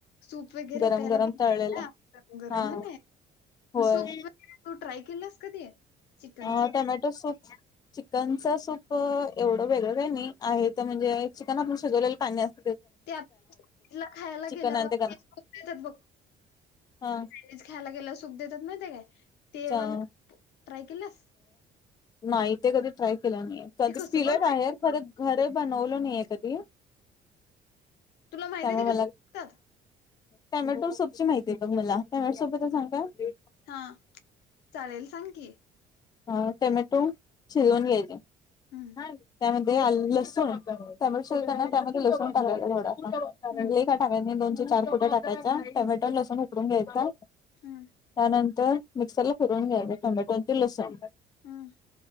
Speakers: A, on the left; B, on the left.
A: सूप वगैरे
B: गरम
A: प्यायला
B: गरम तळलेलं
A: हाय ना गरम
B: हा
A: होय ने
B: होय
A: सूप वगैरे तू ट्राय केलास कधी? चिकनच
B: ह टोमॅटो सूप. चिकनच सूप एवढं वेगळं काही नाही आहे तर म्हणजे चिकन आपण शिजवलेलं पाणी असत
A: ते आपण खायला
B: चिकन
A: गेल्यावर
B: आणि गरम
A: ते देत्यात बघ.
B: हा
A: ते खायला गेल्यावर सूप देत्यात माहिती आहे काय ते
B: अच्छा
A: वाल ट्राय केल्यास?
B: नाही ते कधी ट्राय केलं नाही ते
A: कसं
B: पिलय
A: बनवायचं
B: बाहेर खरं
A: ग
B: घरी बनवल नाहीय कधी
A: तुला माहिती
B: त्यामुळं
A: आहे ती
B: मला
A: कसं बघतात
B: टॅमॅटो सूप ची माहितीय बघ मला टॅमॅटो सूपच सांग काय?
A: हा चालेल सांग की,
B: अ टोमॅटो शिजवून घ्यायचे
A: हम्म
B: त्यामध्ये आलं लसूण, टोमॅटो शिजवताना त्यामध्ये लसूण टाकायचा थोडासा लई
A: हम्म
B: काय नाही टाकायचा दोन चार कुड्या टाकायचा टोमॅटो लसून उकडून घ्यायचा
A: हम्.
B: त्यानंतर मिक्सरला फिरून घ्यायच टोमॅटो आणि ते लसूण.
A: हम्.